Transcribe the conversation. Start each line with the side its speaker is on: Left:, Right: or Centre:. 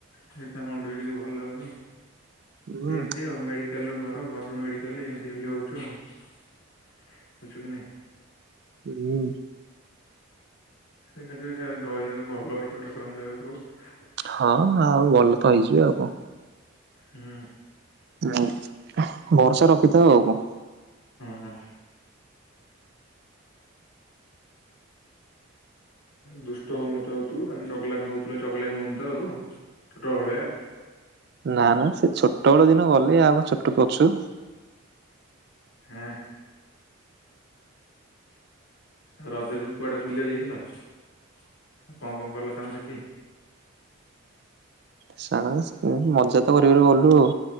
Left: ହେଇଥିପାଇଁ ମନ ଟିକେ ଟିକେ ଭଲ ଲାଗୁନି।
Right: ହୁଁ।
Left: ଏମିତି ଆଉ ମେଡି କାଲରୁ ଘର ଘରରୁ ମେଡ଼ିକାଲ ଏମିତି ଖାଲି ହୋଉଛୁ ଆଉ। ଜାଣିଚୁକି ନାହିଁ।
Right: ହୁଁ।
Left: ଦେଖାଯାଉ ଯା ଦୟାରେ ଭଲ ହେଇଯିବ ଠାକୁରଙ୍କ ଦୟାରୁ ସବୁ।
Right: ହଁ ଆଉ ଭଲ ତ ହେଇଯିବେ ଆଉ କଣ।
Left: ହୁଁ
Right: ହଁ ଭରସା ରଖିଥାଅ ଆଉ କଣ।
Left: ହଁ। ଦୁଷ୍ଟ ହଉନୁ ତ ଆଉ ତୁ ମାନେ ଚଗଲାମି ହୋଇଥିଲୁ ଚଗଲାମି ଆଉ ହଉନୁ ତ ଆଉ ଛୋଟ ଭଳିଆ?
Right: ନା ନା ସେ ଛୋଟବେଳ ଦିନ ଗଲେ ଆଉ କଣ ଛୋଟ ଅଛୁ?
Left: ହୁଁ। ଆଉ ରଜରେ ସବୁ କୁଆଡେ ବୁଲିବାକୁ ଯାଇଥିଲ ଆଉ କଣ କଣ କଲ ସାଙ୍ଗ ସାଥି?
Right: ସାଙ୍ଗ ସା ମଜା ତ କରି କରି ଗଲୁ ଆଉ।